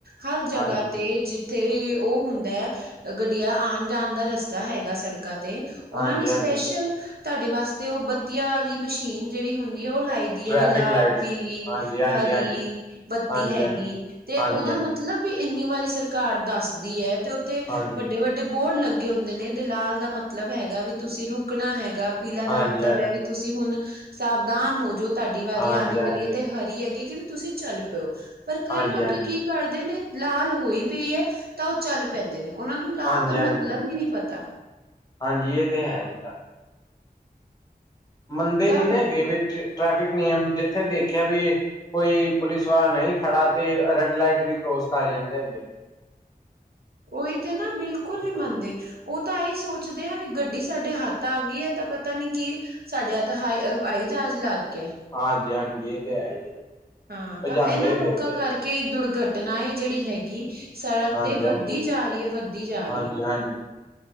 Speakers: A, on the right; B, on the left.
A: ਹਰ ਜਗਾ
B: ਹਾਂਜੀ
A: ਤੇ ਜ ਤੇ ਵੀ ਓ ਹੁੰਦਾ ਐ ਗੱਡੀਆਂ ਆਣ-ਜਾਣ ਦਾ ਰਸਤਾ ਹੈਗਾ ਸੜਕਾਂ ਤੇ
B: ਹਾਂਜੀ
A: ਓਨਾਂ ਨੇ
B: ਹਾਂਜੀ
A: ਸਪੈਸ਼ਲ ਤੁਹਾਡੇ ਵਾਸਤੇ ਓ ਬੱਤੀਆਂ ਵਾਲੀ ਮਸ਼ੀਨ ਜੇੜੀ ਹੁੰਦੀ ਐ ਓ ਲਾਈ ਦੀ ਵੀ
B: ਟ੍ਰੈਫਿਕ
A: ਲਾਲ
B: ਲਾਈਟਸ
A: ਪੀਲੀ
B: ਹਾਂਜੀ ਹਾਂਜੀ
A: ਹਰੀ
B: ਹਾਂਜੀ
A: ਬੱਤੀ
B: ਹਾਂਜੀ
A: ਹੈਗੀ
B: ਹਾਂਜੀ
A: ਤੇ
B: ਹਾਂਜੀ
A: ਓਦਾ
B: ਹਾਂਜੀ
A: ਮਤਲਬ ਵੀ ਏਨੀ ਵਾਰੀ ਸਰਕਾਰ ਦੱਸਦੀ ਐ ਤੇ ਓਥੇ
B: ਹਾਂਜੀ
A: ਵੱਡੇ-ਵੱਡੇ ਬੋਡ ਲਾ ਗੇ ਹੁੰਦੇ ਨੇ ਤੇ ਲਾਲ ਦਾ ਮਤਲਬ ਹੈਗਾ ਵੀ ਤੁਸੀਂ ਰੁਕਣਾ ਹੈਗਾ ਪੀਲਾ
B: ਹਾਂਜੀ
A: ਦਾ ਮਤਲਬ
B: ਹਾਂਜੀ
A: ਹੈ ਵੀ ਤੁਸੀਂ ਹੁਣ ਸਾਵਧਾਨ ਹੋ ਜੋ ਤੁਹਾਡੀ
B: ਹਾਂਜੀ
A: ਵਾਰੀ ਆਣੇ
B: ਹਾਂਜੀ ਹਾਂਜੀ
A: ਵਾਲੀ ਐ ਤੇ ਹਰੀ ਹੈਗੀ ਕਿ ਵੀ ਤੁਸੀਂ ਚੱਲ ਪਰ ਕਈ
B: ਹਾਂਜੀ
A: ਲੋਕੀ ਕੀ ਕਰਦੇ ਨੇ ਲਾਲ ਹੋਈ ਪਈ ਤਾਂ ਚੱਲ ਪੈਂਦੇ ਨੇ ਓਨਾਂ ਨੂੰ ਲਾਲ
B: ਹਾਂਜੀ
A: ਦਾ ਮਤਲਬ
B: ਹਾਂਜੀ
A: ਈ ਨੀ ਪਤਾ।
B: ਹਾਂਜੀ ਏ ਤੇ ਹੈ ਜੀ ਗੱਲ ਮੰਨਦੇ
A: ਤਾਂ
B: ਨੀ ਨਾ ਹੈਗੇ ਵੀ ਟ੍ਰੈਫਿਕ ਨਿਯਮ ਜਿੱਥੇ ਦੇਖੇਆ ਵੀ ਕੋਈ ਪੁਲਿਸ ਵਾਲਾ ਨਹੀਂ ਖੜਾ, ਤੇ ਰੈਡ ਲਾਈਟ ਵੀ ਕਰੋਸ ਕਰ ਜਾਂਦੇ ਹੈਗੇ ਆ।
A: ਉਹਹੀ ਤੇ ਨਾ, ਬਿਲਕੁਲ ਨਹੀਂ ਮੰਨਦੇ
B: ਹਾਂਜੀ,
A: ਉਹ ਤਾਂ ਇਹਹੀ ਸੋਚਦੇ ਆ, ਵੀ ਗੱਡੀ ਸਾਡੇ ਹੱਥ ਆ ਗਈ ਹੈ ਤਾਂ ਪਤਾ ਨੀ ਕੀ ਸਾਡੇ ਤਾਂ ਹੱਥ, ਹਵਾਈ ਜਹਾਜ਼ ਲੱਗ ਗਿਆ।
B: ਹਾਂਜੀ ਹਾਂਜੀ, ਇਹ ਤੇ ਹੈ ਹੀ ਹੈ।
A: ਹਾਂ,
B: ਭਜਾਂਦੇ
A: ਤਾਂ ਇਹਨਾਂ ਲੋਕਾਂ
B: ਫਿਰਦੇ
A: ਕਰਕੇ
B: ਆ
A: ਕਈ ਦੁਰਘਟਨਾਏ ਜਿਹੜੀ ਹੈਗੀ ਸੜਕ
B: ਹਾਂਜੀ,
A: ਤੇ, ਵੱਧਦੀ
B: ਹਾਂਜੀ।
A: ਜਾ ਰਹੀ ਹੈ, ਵੱਧਦੀ ਜਾ ਰਹੀ
B: ਹਾਂਜੀ,
A: ਹੈ।
B: ਹਾਂਜੀ